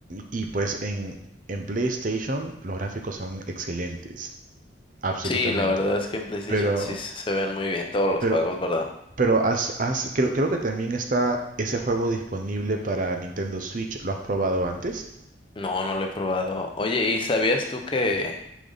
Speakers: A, on the right; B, on the left.
A: y pues en, en PlayStation los gráficos son excelentes, absolutamente.
B: Sí, la verdad es que en PlayStation
A: Pero,
B: sí se se ven muy bien todos los
A: pero,
B: juegos, ¿verdad?
A: pero has, has- creo, creo que también está ese juego disponible para Nintendo Switch. ¿Lo has probado antes?
B: No, no lo he probado. Oye, ¿y sabías tú que...